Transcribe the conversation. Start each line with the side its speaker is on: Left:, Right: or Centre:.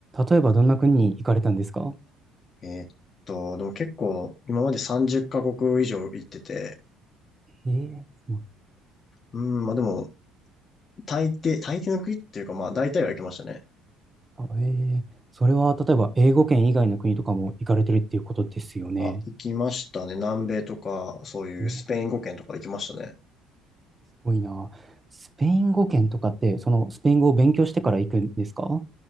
Right: 例えばどんな国に行かれたんですか
Left: えーっと、でも結構、今まで30カ国以上行ってて、
Right: ええす
Left: うん、まあでも、大抵、大抵の国っていうか、まあ大体は行きましたね。
Right: ええ、それは例えば英語圏以外の国とかも行かれてるっていうことですよね。
Left: あ、行きましたね。南米とか、そういうスペイン語圏とか行きましたね。
Right: うん、すごいな。スペイン語圏とかって、そのスペイン語を勉強してから行くんですか